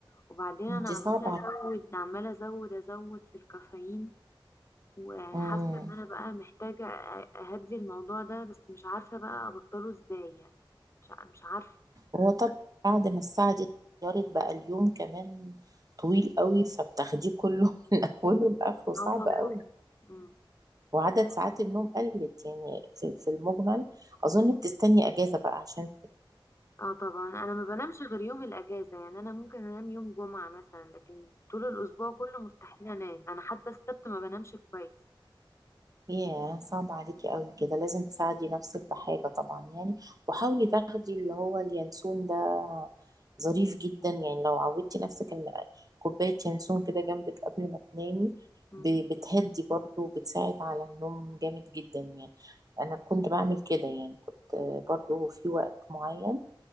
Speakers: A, on the left; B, on the right.
A: وبعدين انا
B: انت
A: عماله
B: صعب
A: ازود عماله ازود ازود في الكافيين وحاسه
B: عليكي
A: ان انا بقى محتاجه أ- اهدي الموضوع ده بس مش عارفه بقى ابطله ازاي يعني مش ع- مش عارفه
B: هو طبعا بعد ما الساعة دي اتغيرت بقى اليوم كمان طويل قوي فبتاخديه كله <laughs> اوله لاخره صعب
A: اه طبعا
B: قوي
A: مم.
B: وعدد ساعات النوم قلت يعني في, في المجمل اظن بتستني اجازة بقى عشان
A: اه طبعا انا ما بنامش غير يوم الاجازه يعني انا ممكن انام يوم جمعه مثلا لكن طول الاسبوع كله مستحيل انام انا حتى السبت ما بنامش كويس
B: ياه صعب عليكي قوي كده لازم تساعدي نفسك بحاجة طبعا يعني وحاولي تاخدي اللي هو اليانسون ده ظريف جدا يعني لو عودتي نفسك ان كوباية ينسون كده جنبك قبل ما تنامي
A: مم.
B: ب- بتهدي برضه وبتساعد على النوم جامد جدا يعني انا كنت بعمل كده يعني كنت برضه في وقت معين